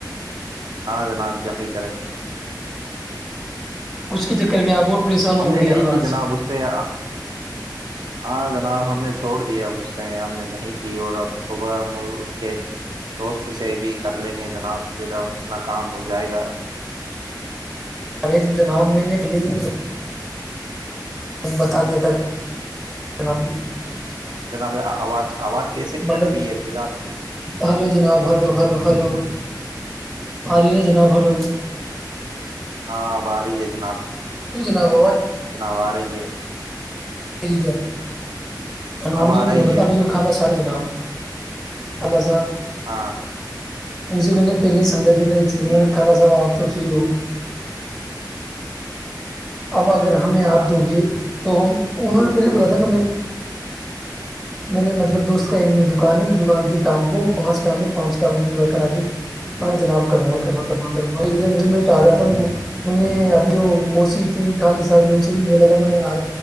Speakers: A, on the right; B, in the centre.
A: جناب یہیای کریں
B: کے چکر میں آپ پریشان
A: ہم
B: ہو
A: نے
B: گئے یار
A: نہیں کی
B: آج
A: جناب اس سے ہاں جناب ہم نے چھوڑ دییا اب اس سے ہم نے نہیں کی اور اب صبح ہم اس کے دوست سے بھی کر لیں گے جناب پھر ہم اپنا کام ہو جائے گا
B: ارے تو جناب میں نے پہلے ہی ت بتا دیا تھا جب
A: جنا میں آواز آواز کیسے کٹ
B: مب
A: رہی ہے پھر آپ کی
B: ہلو جناب ہلو ہلو ہلو آ ن جناب ہلو
A: ہاں آب آ رہی ہے جناب
B: ت جناب ابج
A: و رہی ہے
B: ٹھیک ہے ہم
A: اب آ رہی
B: بولتا
A: ہے
B: نہیں جو خ س جناب اللہذا
A: ہاں
B: مے میں نے پہلے سے سمجا دیے تھا یہ چیز
A: جی
B: میں نے کا سب آپ تو فری ہو اب اگر ہمیں آپ
A: ہاں
B: دو گے تو ہم انہوں نے پہلے بولا تھا کہ میری میرے مطلب دوست کا ایک دکان ہے اس دکان کے کام کو پانچ کام ہے پانچ کام کو پورا کراتے م جناب کروں گا کر کروں گا اتنے میں ٹال جاتا کو میں نے اپنی جو موسی تھی خالی س ان سے بھی بولا تھا میں نے یار